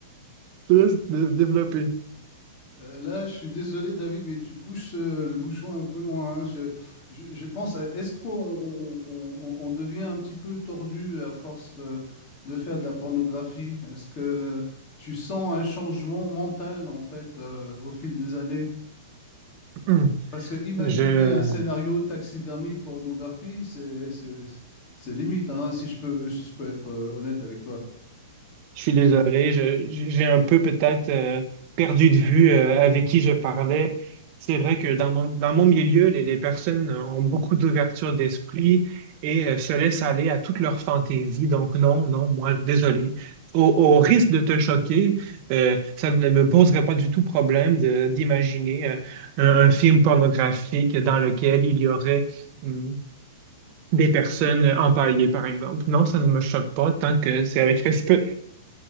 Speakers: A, on the right; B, on the left.
A: te laisse dé- développer.
B: Euh, Là, je suis désolé, David, mais tu pousses euh, le bouchon un peu loin. hein. Je, je- je pense, à- est-ce qu'on on- on- on devient un petit peu tordu à force euh, de, faire de la pornographie? Est-ce que tu sens un changement mental, en fait, euh, au fil des années?
A: Hum.
B: Parce que imaginer
A: Je,
B: un scénario taxidermie pornographie, c'est, c'est, c'est limite, hein, si je peux, si je peux être euh, honnête avec toi.
A: Je suis désolé, je- j'ai un peu peut-être euh, perdu de vue euh, avec qui je parlais. C'est vrai que dans mon, dans mon milieu, les, les personnes ont beaucoup d'ouverture d'esprit et euh, se laissent aller à toutes leurs fantaisies. Donc non, non, moi, désolé. Au, au risque de te choquer, euh, ça ne me poserait pas du tout problème de- d'imaginer euh, un, un film pornographique dans lequel il y aurait hum, des personnes empaillées, par exemple. Non, ça ne me choque pas tant que c'est avec respect.